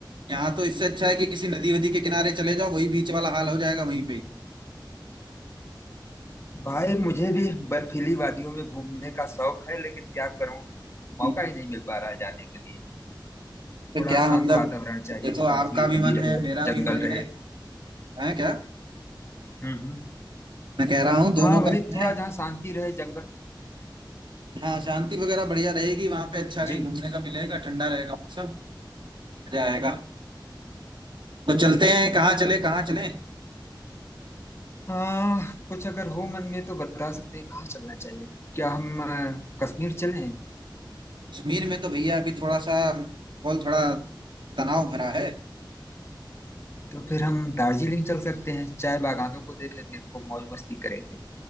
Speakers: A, on the right; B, on the left.
A: यहाँ तो इससे अच्छा है कि किसी नदी वदी के किनारे चले जाओ वही बीच वाला हाल हो जाएगा वहीं पे ही।
B: भाई मुझे भी बर्फीली वादियों में घूमने का शौक है लेकिन क्या करूं मौका
A: हम्म।
B: ही नहीं मिल पा रहा है जाने के लिए
A: तो
B: थोड़ा
A: क्या
B: शांत
A: मतलब
B: वातावरण चाहिए
A: देखो
B: जहाँ
A: आपका
B: थोड़ी
A: भी
B: नदी
A: मन
B: रहे
A: है मेरा भी
B: जंगल
A: मन
B: रहे
A: है है क्या
B: हम्म हम्म।
A: मैं कह रहा हूँ दोनों
B: हाँ वही
A: का मन
B: थोड़ा
A: है
B: जहाँ शांति रहे जंगल
A: हाँ शांति वगैरह बढ़िया रहेगी वहां पे अच्छा कहीं
B: जी
A: घूमने का मिलेगा ठंडा रहेगा मौसम मजा आएगा तो चलते हैं कहाँ चले कहाँ चले
B: हाँ कुछ अगर हो मन में तो बता सकते हैं कहाँ चलना चाहिए क्या हम अ, कश्मीर चलें
A: कश्मीर में तो भैया अभी थोड़ा सा माहौल थोड़ा तनाव भरा है
B: तो फिर हम दार्जिलिंग चल सकते हैं चाय बागानों को देखेंगे खूब मौज मस्ती करेंगे